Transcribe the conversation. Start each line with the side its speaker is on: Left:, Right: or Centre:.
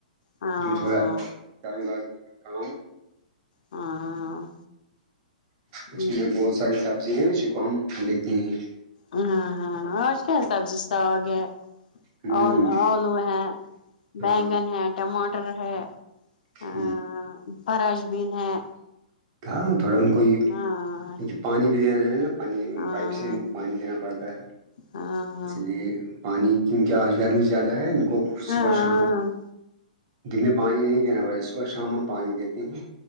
Left: ہاں
Right: جو تھوڑا گم گازا کا
Left: ہاں ہاں
Right: اس میں بہت ساری سبزی ہیں اسی کو ہم دیکھتے ہیں
Left: ہاں ہاں اور کیا سبزی ساگ ہے
Right: ہ
Left: ا آلو ہے بگن
Right: ہاں
Left: ہے ٹماٹر ہے
Right: ہ
Left: ا فرش بین ہے
Right: کہاں تھوڑا ان کوئی کیونکہ
Left: ہاں
Right: پانی بھی دینا ہے نا پانی
Left: ہاں
Right: پائپ سے پانی دینا پڑتا ہے
Left: ہاں
Right: اس لیے پانی کیون کیاہ آج گرمی زیادہ ہے کو
Left: ہاں
Right: صبح شام دن میں پانی نہیں دینا پڑا صبح شام ہم پانی دیتے ہیں